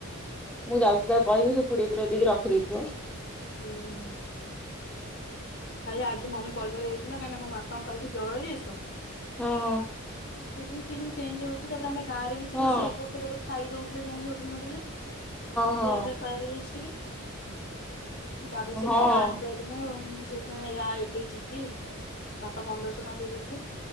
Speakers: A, in the centre; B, on the left.
A: ମୁଁ ଯାଉଛିି ତାକୁ କହିବି ସେ ପୁରେଇ ପୁରା ଦେଇକି ରଖିଦେଇଥିବ।
B: ହୁଁ ହୁଁ। ଆଜି ମମି ପଇସା ଦେଇଥିଲା କାହିଁକ ନା ମୋ ବାପା କାଲି ଠୁ ଜର ହେଇଯାଇଛି ତ।
A: ହଁ ହଁ।
B: ସିଜିନି ଫିଯିନି ଚେଞ୍ଜ ହଉଛି ତାପରେ ଆମେ ଗଁରେ ବି ଥିଲୁ
A: ହଁ
B: ସେ ଏପଟ ସେପଟ ଖାଇ ଦଉଥିଲେ ଯାଇକି ହୋଟେଲ ଫୋଟେଲରେ
A: ହଁ ହଁ
B: ଦେହ ପା ଖରାପ ହେଇଯାଇଛି ଟିକେ ତାପରେ ସେଥିପାଇଁ
A: ହଁ ହଁ
B: ଆଣି ପାରିଲିନ ଆ ସେଥିପାଇଁ ୟା ଏବେ ଯିବି ବାପା
A: ହୁଁ
B: ପନ୍ଦରଶହ ଟଙ୍କା ଦେଇ ଦେଇଥିଲେ